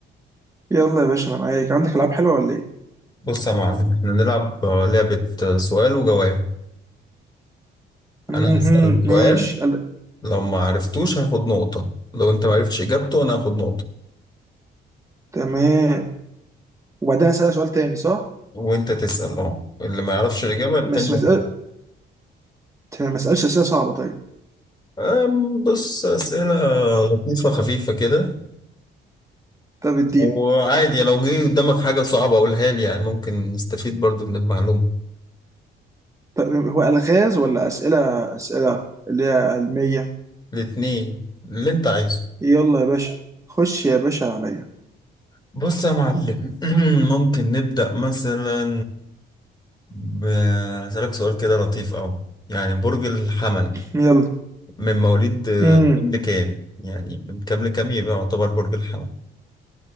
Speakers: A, on the right (about 15°); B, on the left (about 20°).
A: يلا يا باشا انا معاك عندك العاب حلوة ولا ايه؟
B: بص يا معلم احنا نلعب آه، لعبه آه، سؤال وجواب
A: اها
B: انا هسأل سؤال
A: ماشي قال-
B: لو ما عرفتوش هاخد نقطه لو انت ما عرفتش اجابته انا هاخد نقطه
A: تمام وبعدين اسألك سؤال تاني صح؟
B: وانت تسأل اه اللي ما يعرفش الاجابه التاني
A: بس ما اسأل ما اسألش اسئلة صعبة طيب
B: آم، بص اسئله لطيفه خفيفه كده
A: طب اديني
B: وعادي لو جه قدامك حاجه صعبه قولها لي يعني ممكن نستفيد برضو من المعلومه
A: طب هو الغاز ولا اسئلة اسئلة اللي هي علمية؟
B: الاتنين اللي انت عايزه
A: يلا يا باشا خش يا باشا عليا
B: بص يا معلم <clears throat> ممكن نبدأ مثلا ب- هسألك سؤال كده لطيف أوي يعني برج الحمل
A: يلا
B: من مواليد آه،
A: امم
B: كام لكام يعني من كام لكام يبقى يعتبر برج الحمل